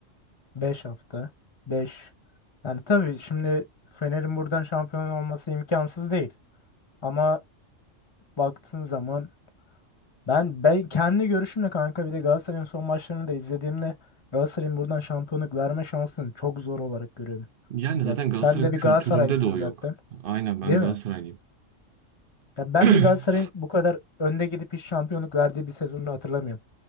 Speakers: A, on the left; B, on the right.
A: 5 hafta. beş Yani tabii şimdi Fener'in buradan şampiyon olması imkansız değil. Ama baktığın zaman ben ben kendi görüşümle kanka bir de Galatasaray'ın son maçlarını da izlediğimde Galatasaray'ın buradan şampiyonluk verme şansını çok zor olarak görüyorum.
B: Yani zaten
A: Ya
B: Galatasaray
A: sen de bir
B: kültüründe
A: Galatasaraylısın
B: de o
A: zaten,
B: yok. Aynen ben
A: değil
B: Galatasaraylıyım.
A: mi? Ya ben
B: <clears throat>
A: bir Galatasaray'ın bu kadar önde gidip hiç şampiyonluk verdiği bir sezonunu hatırlamıyorum.